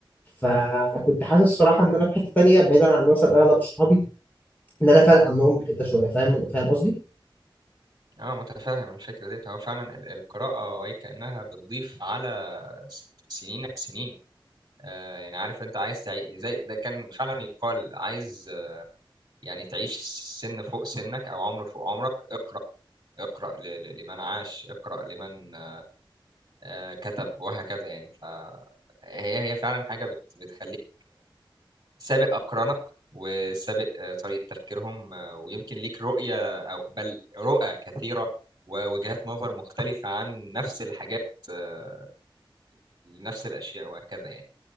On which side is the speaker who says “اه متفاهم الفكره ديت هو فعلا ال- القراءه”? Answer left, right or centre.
Right